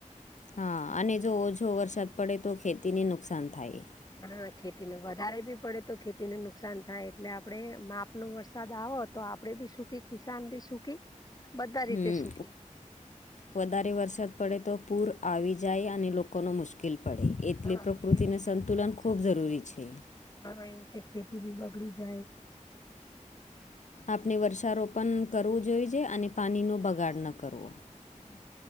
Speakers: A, on the left; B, on the left.
A: હા અને જો ઓછો વરસાદ પડે તો ખેતીને નુકસાન થાય.
B: હા ખેતી ને વધારે બી પડે તો ખેતીને નુકસાન થાય એટલે આપણે માપ નો વરસાદ આવ તો આપડે ભી સુખી કિસાન ભી સુખી. બધા રીતે
A: હમ
B: સુખી
A: ઉ વધારે વરસાદ પડે તો પૂર આવી જાય અને લોકોનો મુશ્કેલ પડે. એટલે
B: હા
A: પ્રકૃતિને
B: ખેતી
A: સંતુલન ખૂબ જરૂરી છે.
B: હ એવું છે ખેતી બી બગડી જાય.
A: આપને વર્ષારોપન કરવું જોઈએ જે અને પાનીનો બગાડ ન કરવો.
B: બ